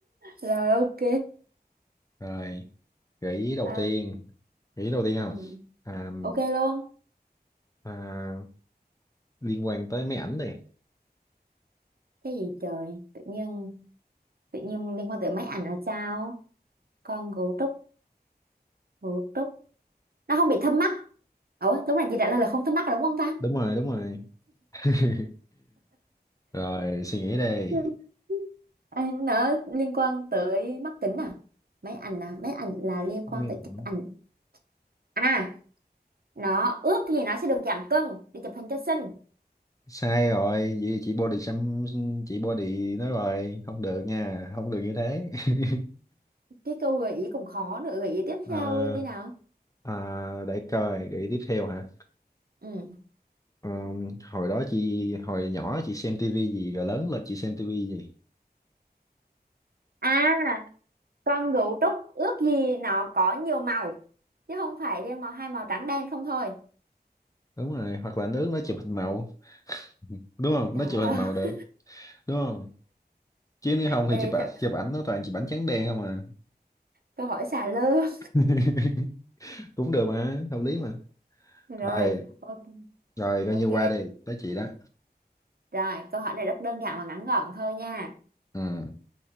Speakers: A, on the right; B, on the left.
A: rồi ok
B: rồi gợi ý đầu
A: Ờ,
B: tiên gợi ý đầu tiên
A: ừ.
B: không à,
A: ok luôn
B: à, liên quan tới máy ảnh đi
A: cái gì trời tự nhiên tự nhiên liên quan tới máy ảnh là sao con ngủ trúc ngủ trúc nó không bị thâm mắt ủa lúc này chị trả lời là không thâm mắt rồi đúng không ta
B: đúng rồi đúng rồi <laughs> rồi suy nghĩ đây
A: <laughs> Ừ. à, nó liên quan tới mắt kính à máy ảnh à máy ảnh là liên quan
B: Ừ,
A: tới chụp ảnh à nó ước gì nó sẽ được giảm cân để chụp hình cho xinh
B: sai rồi vậy chị body xăm chị body nói rồi không được nha không được như thế <laughs>
A: cái câu gợi ý cũng khó nữa gợi ý tiếp
B: Ờ,
A: theo đi nào
B: À, để coi cái tiếp theo hả
A: ừ.
B: Ừm, hồi đó chị hồi nhỏ chị xem tivi gì rồi lớn lên chị xem tivi gì
A: à con gấu trúc ước gì nó có nhiều màu chứ không phải riêng màu hai màu trắng đen không thôi
B: đúng rồi hoặc là nước nó chụp hình màu đúng không
A: trời
B: nó chụp hình
A: ơi
B: màu được
A: <laughs>
B: đúng không chứ nếu không
A: Ê,
B: thì chụp ảnh
A: sao-
B: chụp ảnh nó toàn chụp ảnh trắng đen không à
A: câu hỏi xà lơ
B: <laughs> cũng được mà hợp lý mà
A: rồi
B: rồi
A: ok
B: rồi coi
A: ok.
B: như qua đi tới chị đó
A: rồi câu hỏi này rất đơn giản và ngắn gọn thôi nha
B: Ừm,